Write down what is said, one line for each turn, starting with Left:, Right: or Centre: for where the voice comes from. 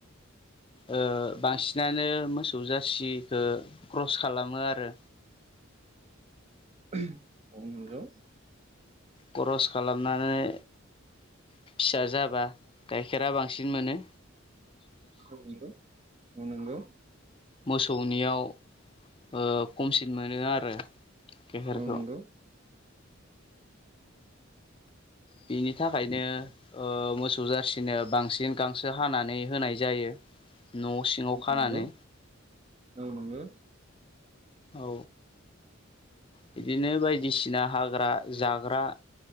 Left: ओ बांसिनानो मोसौ जारसिखौ क्रस खालामो आरो
Right: <unintelligible> औ नंगौ
Left: खरस खालामनानै फिसा जाबा गाइखेरा बांसिन मोनो‌।
Right: औ नंगौ औ नंगौ
Left: मोसौनियाव ओ खमसिन मोनो आरो गाइखेरखौ
Right: औ नंगौ
Left: बिनि थाखायनो ओ मोसौ जाारसिनो बांसिन गांसो हानानै होनाय जायो। न' सिङाव
Right: औ
Left: खानानै
Right: नंगौ औ नंगौ
Left: औ बिदिनो बायदिसिना हाग्रा जाग्रा